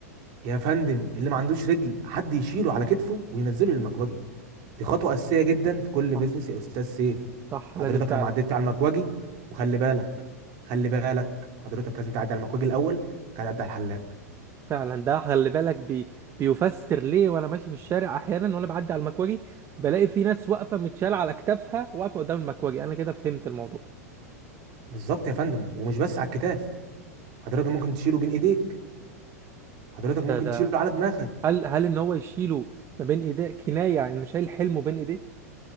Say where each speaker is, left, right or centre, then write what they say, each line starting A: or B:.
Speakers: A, on the right; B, on the right.
A: يا فندم اللي ما عندوش رجل حد يشيله على كتفه وينزله للمكوجي دي خطوه اساسيه جدا في كل
B: صح
A: بيزنس يا استاذ سيف
B: صح
A: حضرتك
B: لازم فعلا
A: لو ما عدتش على المكوجي وخلي بالك خلي بالك حضرتك لازم تعدي على المكوجي الاول بعد تعدي على الحلاق
B: فعلا ده خلي بالك بي بيفسر ليه وانا ماشي في الشارع احيانا وانا بعدي على المكواجي بلاقي في ناس واقفه متشاله على اكتافها واقفه قدام المكواجي انا كده فهمت الموضوع
A: بالظبط يا فندم ومش بس على الكتاف حضرتك ممكن تشيله بين ايديك حضرتك ممكن
B: ده ده
A: تشيله على دماغك
B: هل هل ان هو يشيله ما بين ايديه كنايه يعني انه شايل حلمه بين ايديه